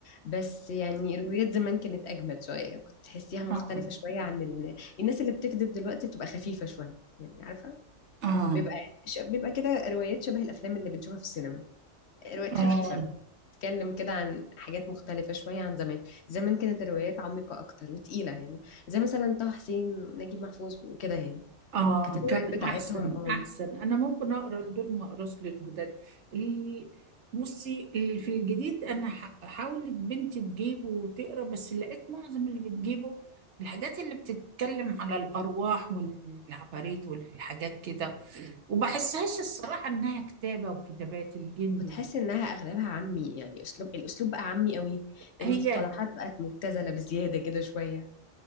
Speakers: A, on the left; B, on the right.
A: بس يعني روايات زمان كانت اجمد شوية كنت تحسيها مختلفة
B: اه
A: شوية عن ال... الناس اللي بتكذب دلوقتي بتبقى خفيفة شوية يعني عارفة
B: اه
A: بيبقى ش... بيبقى كده روايات شبه الافلام اللي بنشوفها في السينما روايات
B: آه.
A: خفيفة بتتكلم كده عن حاجات مختلفة شوية عن زمان زمان كانت الروايات عميقة أكتر وتقيلة يعني زي مثلا طه حسين نجيب محفوظ وكده يعني
B: آه
A: كانت الروايات
B: كان
A: بتاعتهم
B: مم. أحسن
A: اه
B: أحسن أنا ممكن أقرأ لدول ما أقراش للجداد ال- بصي ال- في الجديد أنا ح- حاولت بنتي تجيبه وتقرأ بس لقيت معظم اللي بتجيبه الحاجات اللي بتتكلم على الأرواح والعفاريت والحاجات كده وبحسهاش الصراحة إنها كتابة وكتابات الجندي
A: بتحس
B: ومش-
A: انها اغلبها عامي يعني اسلوب الاسلوب بقى عامي قوي
B: هي
A: المصطلحات بقت مبتذله بزياده كده شويه